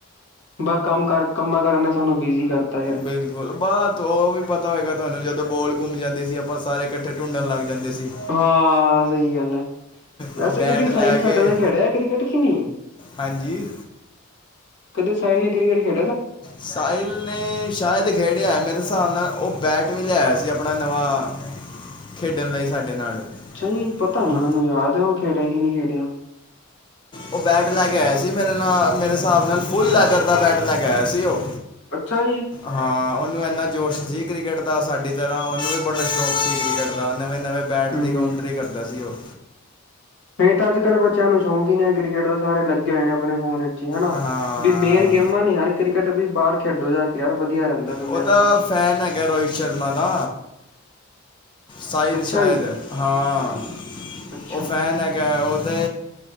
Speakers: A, on the left (about 55°); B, on the left (about 20°).
A: ਬਸ ਕੰਮ ਕਰ ਕੰਮਾਂ ਕਾਰਾ ਨੇ ਸਾਨੂੰ ਬਿਜੀ ਕਰਤਾ ਯਾਰ
B: ਬਿਲ ਬੋਲ ਬਸ ਉਹ ਵੀ ਪਤਾ ਹੋਏਗਾ ਤੁਹਾਨੂੰ ਜਦੋਂ ਬੋਲ ਗੁਮ ਜਾਂਦੀ ਸੀ, ਆਪਾਂ ਸਾਰੇ ਇਕੱਠੇ ਢੂੰਡਣ ਲੱਗ ਜਾਂਦੇ ਸੀ
A: ਹਾਂ ਸਹੀ ਗੱਲ ਹੈ, ਵੈਸੇ
B: ਆ ਬੈਟ
A: ਕਦੀ ਸਾਹਿਲ
B: ਲੈ
A: ਸਾਡੇ
B: ਕੇ
A: ਨਾਲ ਖੇਡਿਆ ਕ੍ਰਿਕਟ ਕਿ ਨਹੀਂ
B: ਹਾਂਜੀ।
A: ਕਦੇ ਸਾਹਿਲ ਨੇ ਕ੍ਰਿਕਟ ਖੇ
B: ਸਾਹਿਲ ਨੇ ਸ਼ਾਇਦ ਤੇ ਖੇਡਿਆ ਮੇਰੇ ਹਿਸਾਬ ਨਾਲ ਉਹ ਬੈਟ ਵੀ ਲਿਆਇਆ ਸੀ ਆਪਣਾ ਨਵਾਂ। ਖੇਡਣ ਲਈ ਸਾਡੇ ਨਾਲ।
A: ਅੱਛਾ ਜੀ ਪਤਾ ਨੀ
B: ਹਾਂ,
A: ਮੈਨੂੰ ਯਾਦ ਹੈ ਉਹ ਖੇਡਿਆ ਕਿ ਨਹੀਂ ਖੇਡਿਆਂ।
B: ਉਹ ਬੈਟ ਲੈ ਕੇ ਆਇਆ ਸੀ ਮੇਰੇ ਨਾਲ ਮੇਰੇ ਹਿਸਾਬ ਨਾਲ, ਫੁੱਲ ਲੈਦਰ ਦਾ ਬੈਟ ਲੈ ਕੇ ਆਇਆ ਸੀ ਉਹ
A: ਅੱਛਾ ਜੀ।
B: ਹਾਂ ਉਹਨੂੰ ਇੰਨਾ ਜੋਸ਼ ਸੀ ਕ੍ਰਿਕਟ ਦਾ ਸਾਡੀ ਤਰ੍ਹਾਂ, ਉਹਨੂੰ ਵੀ ਬੜਾ ਸ਼ੌਂਕ ਸੀ ਕ੍ਰਿਕਟ ਦਾ ਨਵੇਂ-ਨਵੇਂ ਪੈਡ
A: ਹੂੰ
B: ਦੀ ਕਾਊਂਟਰੀ ਕਰਦਾ ਸੀ ਉਹ
A: ਨਈ ਤਾਂ ਅੱਜ-ਕੱਲ ਬੱਚਿਆਂ ਨੂੰ ਸ਼ੌਂਕ ਈ ਨਈ ਕ੍ਰਿਕਟ ਦਾ ਸਾਰੇ ਲੱਗੇ ਹੋਏ ਨੇ ਆਪਨੇ ਫੋਨ ਵਿਚ ਤੇ ਹੋਣਾ
B: ਹਾਂ
A: ਵੀ ਮੇਨ ਗੇਮਾਂ ਨੇ ਯਾਰ ਕ੍ਰਿਕਟ ਵੀ ਬਾਹਰ ਖੇਡੋ ਜਾ ਕੇ ਯਾਰ ਵਧੀਆ ਰਹਿੰਦਾ। ਬੰਦੇ
B: ਉਹ
A: ਵਾਸਤੇ।
B: ਤਾਂ ਫੈਨ ਹੈਗਾ ਰੋਹਿਤ ਸ਼ਰਮਾ ਦਾ ਸਾਈਲ
A: ਅੱਛਾ
B: ਸ਼ੈਦ,
A: ਜੀ
B: ਹਾਂ
A: ਅੱਛਾ
B: ਓ ਫੈਨ ਹੈਗਾ ਓ ਤੇ